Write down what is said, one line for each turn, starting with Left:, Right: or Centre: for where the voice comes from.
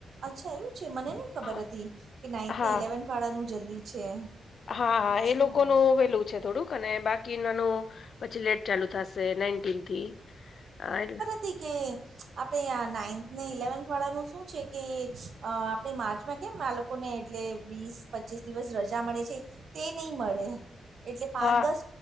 Right: અચ્છા એવું છે, મને નહીં ખબર
Left: હા
Right: હતી કે, નાઈન્થને-ઇલેવન્થ
Left: હા
Right: વાળાનું જલ્દી છે.
Left: હા,
Right: અચ્છા
Left: એ લોકોનું વેલું છે થોડુંક, અને બાકી નાનું પછી લેટ ચાલુ થશે, નાઈટીન થી એ.
Right: તી કે આપે, આ નાઈન્થને-ઇલેવથ વાળાનું શું છે કે, અ આપે માર્ચ મે કેમ આ લોકોને એટલે વીસ-પચીસ દિવસ રજા મળે છે, તે નઈ મળે. એટલે પાંચ-દસ
Left: હા